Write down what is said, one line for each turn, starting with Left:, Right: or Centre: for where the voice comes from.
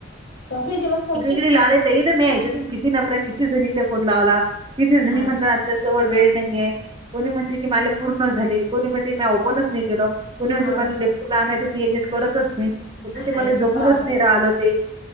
Left: तसंही केलं तर चालते?
Right: इथे लावले तर मी याच्यातून किती नंबर आहेत. कितीजणीला फोन लावला, कितीजणी
Left: हा
Right: म्हणतात <unintelligible> त्या जवळ वेळ नाहीये. कोणीही म्हणते की माले पूर्ण झाले. कोणीही म्हणते मी ओपनच नाही केलं. कोुणी म्हणे
Left: हा
Right: <unintelligible> मी यात करतच नाही. ते
Left: हाय
Right: मला
Left: की
Right: जमूनच
Left: पहा बरं,
Right: नाही राहिलं ते.